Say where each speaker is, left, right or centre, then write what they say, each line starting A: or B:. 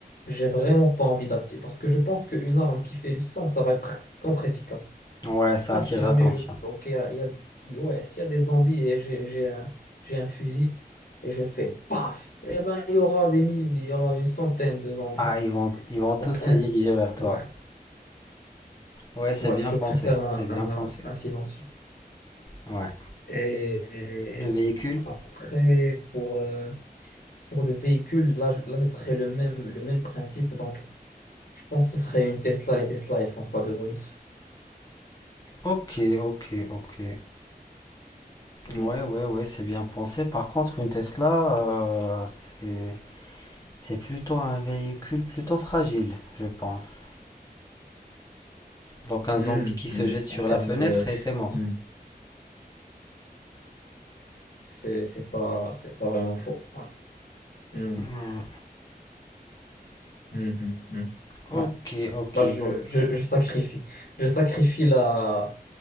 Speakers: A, on the left; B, on the left.
A: j'ai vraiment pas envie d'attirer. Parce que je pense qu'une arme qui fait le sang, ça va être contre-efficace.
B: Ouais, ça
A: pense
B: attire
A: si
B: l'attention.
A: jamais je... Donc, il y a, il y a- il- ouais, s'il y a des zombies et j'ai j'ai un, j'ai un fusil et je fais paf, eh ben, il y aura des mille, il y aura une centaine de zombies.
B: Ah, ils vont, ils vont tous
A: Donc,
B: se
A: un,
B: diriger vers toi.
A: ouais,
B: Ouais, c'est
A: ouais,
B: bien
A: je
B: pensé,
A: préfère un,
B: c'est bien
A: un,
B: pensé.
A: un silencieux.
B: Ouais.
A: Et
B: Le véhicule?
A: après, pour, euh, pour le véhicule, là, je- là, ce serait le même, le même principe. Donc, je pense que ce serait une Tesla. Les Tesla, elles font pas de bruit.
B: Ok, ok, ok.
A: Hmm.
B: Ouais, ouais, ouais, c'est bien pensé. Par contre, une Tesla, euh, c'est, c'est plutôt un véhicule plutôt fragile, je pense. Donc un
A: Hmm,
B: zombie qui
A: hmm.
B: se jette sur
A: En termes
B: la fenêtre
A: de...
B: et était mort.
A: hmm. C'est c'est pas, c'est pas vraiment faux. Ouais. Hmm.
B: Hmm,
A: Mhm, mhm.
B: Ok,
A: Ouais.
B: ok,
A: Bah, je,
B: donc
A: je, je sacrifie. Je sacrifie la,